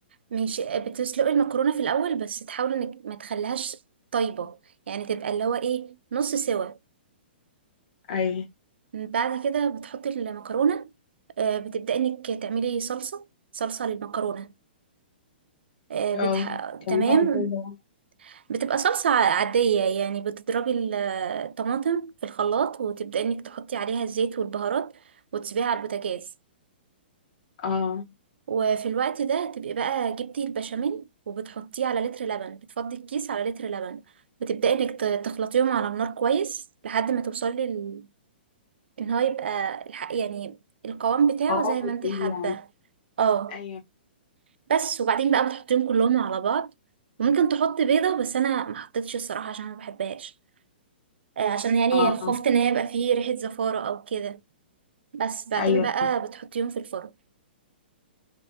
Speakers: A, on the right; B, on the left.
A: مش بتسلقي المكرونه في الاول بس تحاولي انك ما تخليهاش طيبه يعني تبقى اللي هو ايه نص سوا
B: ايوه
A: بعد كده بتحطي المكرونة آه، بتبدأي انك تعملي صلصة صلصة للمكرونة آه، بتح...
B: اه كمليها
A: تمام
B: ازاي بقى
A: بتبقى صلصة ع- عادية يعني بتضربي ال- الطماطم في الخلاط وتبدأي انك تحطي عليها الزيت والبهارات وتسيبيها على البوتاجاز
B: اه
A: وفي الوقت ده تبقي بقى جبتي البشاميل وبتحطيه على لتر لبن بتفضي الكيس على لتر لبن بتبدأي انك ت- تخلطيهم على النار كويس لحد ما توصلي ل- ان هو يبقى الح- يعني القوام بتاعه
B: اه
A: زي ما
B: بتقولي
A: انت حابة
B: يعني
A: اه
B: ايوه
A: بس وبعدين بقى بتحطيهم كلهم على بعض وممكن تحط بيضة بس انا ما حطيتش الصراحة عشان ما بحبهاش آه، عشان يعني
B: اه
A: خفت ان هي يبقى فيه ريحة زفارة او كده بس بعدين
B: ايوه
A: بقى بتحطيهم في الفرن